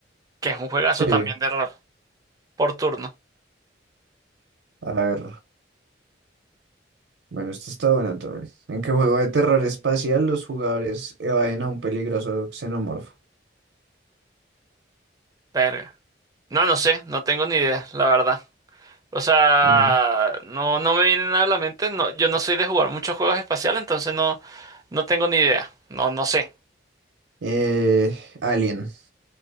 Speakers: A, on the right (about 20°); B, on the right (about 80°).
A: que es un juegazo
B: Sí,
A: también de rol, por turno.
B: a ver. Bueno, esto está bueno también. ¿En qué juego de terror espacial los jugadores evaden a un peligroso xenomorfo?
A: Verga. No, no sé, no tengo ni idea, la verdad. O sea,
B: En,
A: no, no me viene nada a la mente. No, yo no soy de jugar muchos juegos espaciales, entonces no, no tengo ni idea. No, no sé.
B: eh, Alien.